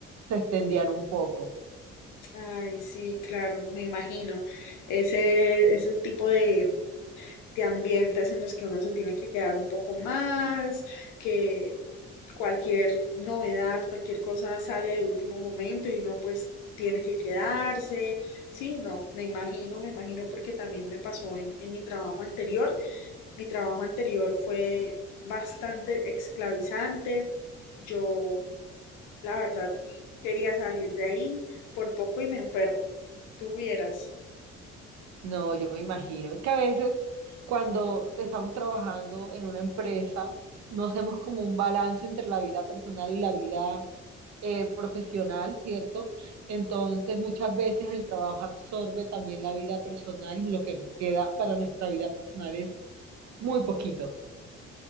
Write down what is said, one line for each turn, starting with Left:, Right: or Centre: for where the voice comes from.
Right: se extendían un poco.
Left: Ay, sí, claro, me imagino. Ese, ese tipo de, de ambientes en los que uno se tiene que quedar un poco más, que cualquier novedad, cualquier cosa sale de último momento y uno pues tiene que quedarse. Sí, no, me imagino, me imagino porque también me pasó en, en mi trabajo anterior. Mi trabajo anterior fue bastante esclavizante. Yo, la verdad, quería salir de ahí por poco y me enfermo. Tuvieras.
Right: No, yo me imagino. Es que a veces cuando estamos trabajando en una empresa, no hacemos como un balance entre la vida personal y la vida eh, profesional, ¿cierto? Entonces, muchas veces el trabajo absorbe también la vida personal y lo que nos queda para nuestra vida personal es muy poquito.